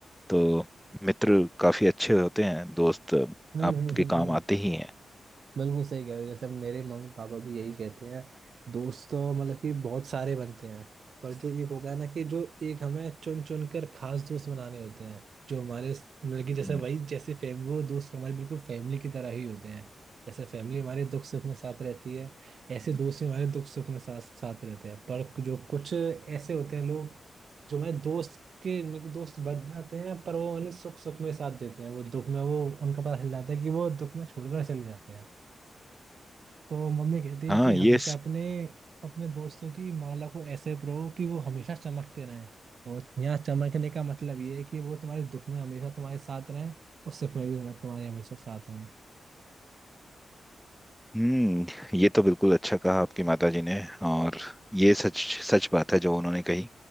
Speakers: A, in the centre; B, on the right (about 70°).
A: तो मित्र काफी अच्छे होते हैं दोस्त
B: हम्म
A: आपके
B: हम्म हम्म
A: काम
B: हम्म, हम्म।
A: आते ही हैं
B: बिल्कुल सही कह रहे हो जैसे मेरे मम्मी पापा भी यही कहते हैं दोस्त तो मतलब कि बहुत सारे बनते हैं पर जो एक होता है ना कि जो एक हमें चुन चुन कर खास दोस्त बनाने होते हैं जो हमारे मतलब कि जैसे
A: हम्म,
B: वही जैसे फैम वो दोस्त हमारे बिल्कुल फैमिली की तरह ही होते हैं जैसे फैमिली हमारे दुख सुख में साथ रहती है ऐसे दोस्त भी हमारे दुख सुख में साथ साथ रहते हैं पर जो कुछ ऐसे होते हैं लोग जो हमारे दोस्त के मतलब कि दोस्त बन जाते हैं पर वो मतलब सुख सुख में साथ देते हैं वो दुख में वो उनका पता चल जाता है कि वो दुख में छोड़कर चले जाते हैं तो मम्मी कहती
A: हाँ
B: है कि
A: ये
B: हमेशा अपने अपने दोस्तों की माला को ऐसे परो कि वो हमेशा चमकते रहें और यहाँ चमकने का मतलब ये है कि वो तुम्हारे दुख में हमेशा तुम्हारे साथ रहें और सुख में भी हम- तुम्हारे हमेशा साथ रहें
A: हम्म ये तो बिल्कुल अच्छा कहा आपकी माताजी ने और ये सच सच बात है जो उन्होंने कही